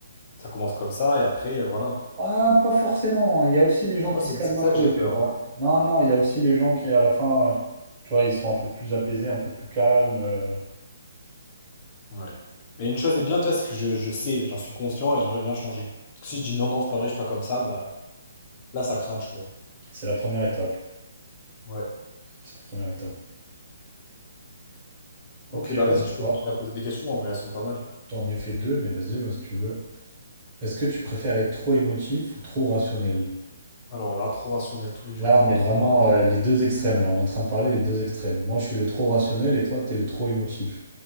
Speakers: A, on the left; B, on the right.
A: Ça commence comme ça, et après, euh, voilà.
B: Ah, pas forcément. Il y a aussi les gens
A: Moi,
B: qui
A: c'est
B: se calment
A: c'est ça
B: un peu,
A: que j'ai peur.
B: tu vois. Non, non, il y a aussi les gens qui, à la fin, euh, tu vois, ils sont un peu plus apaisés, un peu plus calmes. euh,
A: hein. Ouais. Mais une chose est bien déjà, c'est que je, je sais, j'en suis conscient, et j'aimerais bien changer. Parce que si je dis non, non, c'est pas vrai, je suis pas comme ça, bah, là, ça craint, tu vois.
B: C'est la première étape.
A: Ouais.
B: C'est la première étape. Ok,
A: Ok, bah
B: vas-y,
A: vas-y, tu
B: toi.
A: peux continuer à poser des questions, en vrai, elles sont pas mal.
B: T'en ai fait deux, mais vas-y, ouais, si tu veux. Est-ce que tu préfères être trop émotif ou trop rationnel?
A: Alors là, trop rationnel tous les jours,
B: Là, on
A: j'aime
B: est
A: trop
B: vraiment
A: marre.
B: euh, les deux extrêmes. Là, on est en train de parler des deux extrêmes. Moi, je suis le trop rationnel et toi, t'es le trop émotif.